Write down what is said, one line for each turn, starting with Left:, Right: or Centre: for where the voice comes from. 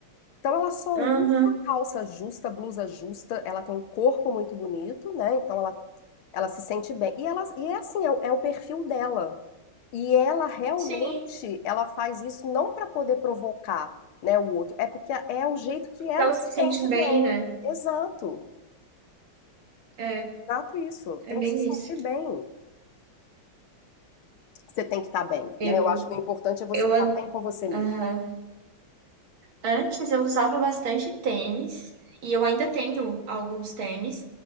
Left: Então ela só
Right: Aham.
Left: usa calça justa, blusa justa, ela tem um corpo muito bonito, né? Então ela, ela se sente bem. E ela, e é assim, é o é o perfil dela. E ela realmente,
Right: Sim.
Left: ela faz isso não para poder provocar, né, o outro, é porque é o jeito que ela
Right: Elas se
Left: se
Right: sentem
Left: sente
Right: bem,
Left: bem.
Right: né?
Left: Exato,
Right: É,
Left: exato isso.
Right: é
Left: Tem
Right: bem
Left: que se sentir
Right: isso.
Left: bem. Você tem que estar bem,
Right: Eu,
Left: né? Eu acho que o importante é você
Right: eu,
Left: estar
Right: an-
Left: bem com você mesmo.
Right: aham. Antes eu usava bastante tênis e eu ainda tenho alguns tênis,